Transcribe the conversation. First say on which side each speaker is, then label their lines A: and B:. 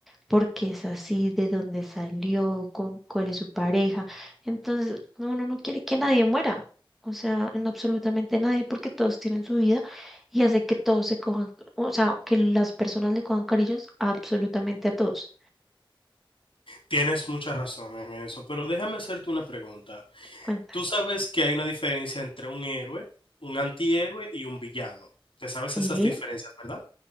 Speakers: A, in the centre; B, on the left.
A: por qué es así, de dónde salió, con cuál es su pareja. Entonces, uno no quiere que nadie muera. O sea, en absolutamente nadie, porque todos tienen su vida y hace que todos se cojan, o sea, que las personas le cojan cariños absolutamente a todos.
B: Tienes mucha razón en eso, pero déjame hacerte una pregunta.
A: Cuéntame.
B: Tú sabes que hay una diferencia entre un héroe, un antihéroe y un villano. ¿Te sabes
A: Sí.
B: esas diferencias, verdad?